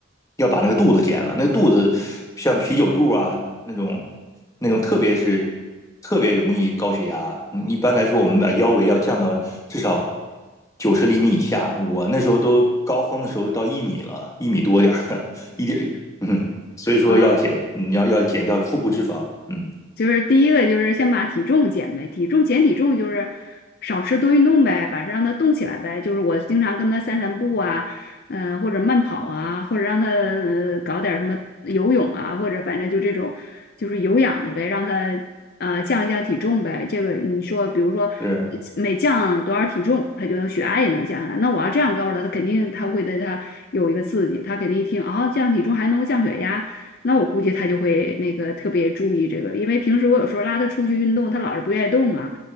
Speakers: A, on the left; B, on the left.
A: 要把那个肚子减了，那个肚子像啤酒肚啊那种那种，特别是特别容易高血压。嗯一般来说，我们把腰围要降到至少九十厘米以下。我那时候都高峰的时候到一米了，一米多点儿了，一点嗯，所以说要减，
B: 啊。
A: 你要要减掉腹部脂肪，嗯，
B: 就是第一个就是先把体重减呗，体重减体重就是少吃多运动呗，把它让它动起来呗。就是我经常跟他散散步啊，嗯、或者慢跑啊，或者让他呃搞点儿什么游泳啊，或者反正就这种就是有氧的呗，让他呃降一降体重呗。这个你说，比如说
A: 是，
B: 每降多少体重，他就能血压也能降下来。那我要这样告诉他，他肯定他会对他有一个刺激，他肯定一听啊、降体重还能够降血压。那我估计他就会那个特别注意这个，因为平时我有时候拉他出去运动，他老是不愿意动啊。